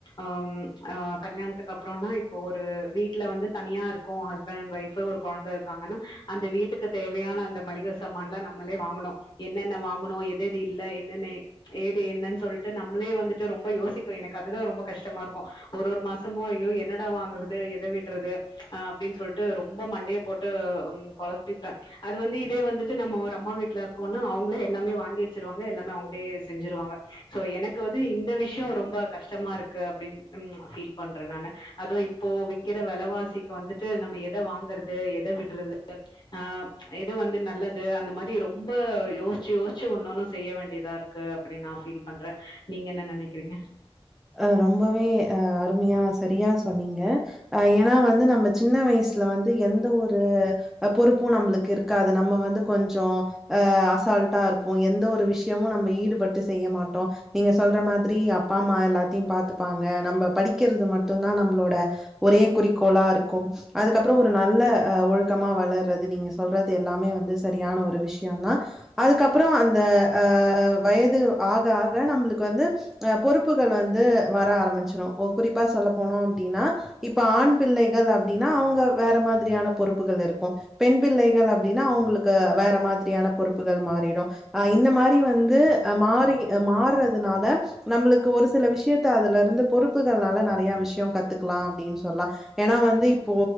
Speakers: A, on the left; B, in the centre.
A: அம் ஆ கல்யாண்த்துக்கப்றோனா இ ப்போ ஒரு வீட்லே வந்து தனியாயிருக்கோ ஹஸ்பண்ட் அண்ட் ஒய்ஃப்பூ ஒரு கொழந்த இருக்காங்கனா அந்த வீட்டுக்கு தேவையான அந்த மளிக சாமான்லா நம்மளே வாங்கணு என்னென்னே வாங்கணு எத்தெது இல்லே என்னென்னே எ ச்ச ஏது என்னன் சொல்ட்டு நம்மளே வந்துட்டு ரொம்பே யோசிக்கோ எனக் அதுதா ரொம்பே கஷ்டமாயிருக்கோ ஒரொரு மாசமு ஐயோ என்னே தா வாங்குறுது எத விட்றது அ அப்டின் சொல்ட்டு ரொம்பே மண்டையே போட்டு ம் கொழப்பிப்பே அது வந்து இதே வந்துட்டு நம்மோ ஒரு அம்மா வீட்லே இருக்கோனா அவுங்ளே எல்லாமே வாங்கி வெச்சிருவாங்கே எல்லாமே அவுங்ளே செஞ்சிருவாங்கே சோ எனக்கு வந்து இந்த விஷ்யோ ரொம்பா கஷ்டமாயிருக்கு அப்டின் ம் அத் ஃபீலி பண்ற நானு அதுவு இப்போ விக்கிற வெலவாசிக் வந்துட்டு நம்ம எத வாங்கறது எத விட்டுறது ஆம் ச்ச எது வந்து நல்லது அந்த மாரி ரொம்பே யோஸ்ச்சு யோஸ்ச்சு ஒன்னொன்னு செய்ய வேண்டிதாயிருக்கு அப்டின் நா ஃபீல் பண்றே நீங்கே என்னா நெனைக்கிறீங்கே
B: ஆ ரொம்பவே ஆ அருமியா செரியா சொன்னீங்கே ஆ ஏனா வந்து நம்ம சின்ன வயிஸ்ல வந் து எந்த ஒரு அ பொறுப்பூ நம்புளுக்கு இருக்காது நம்ம வந்து கொஞ்சோ ஆ அசால்ட்டாயிருப்போ எந்த ஒரு விஷ்யமு நம்ப ஈடுபட்டு செய்ய மாட்டோ நீங்கே சொல்ற மாதிரி அப்பாம்மா எல்லாத் தீம் பாத்துப்பாங்க நம்ப படிக்கிறது மட்டுந்தா நம்பளோட ஒரே குறிக்கோளாருக்கும் அதுக்கப்பற ஒரு நல்ல அ ஒழுக்கமா வளரறது நீங்க சொல்றது எல்லாமே வந்து சரியான ஒரு விஷயன்னா அதுக்கப்பற அந்த அ அ வயது ஆக ஆக நம்புளுக்கு வந்து அ பொறுப்புகள் வந் ந்து வர ஆரம்பிச்சுரு ஓ குறிப்பா சொல்ல போனோ அப்பிடின்னா இப்ப ஆண் பிள்ளைகள் அப்பிடின்னா அவுங்க வேற மாதிரியான பொறுப்புகள் இருக்கு பெண் பிள்ளைகள் அப்பிடின்னா அவுங்களுக் க்கு வேற மாதிரியான பொறுப்பு ப்புகள் மாறிடு ஆ இந்த மாரி வந்து அ மாறி மாறதுனால நம்புளுக்கு சில விஷயத்த அதுல இருந்து பொறுப்புகள்னால நறைய விஷயம் கத்துக்கலாம் அப்பிடின்னு சொல்லலாம் ஏன்னா வந்து இப்போ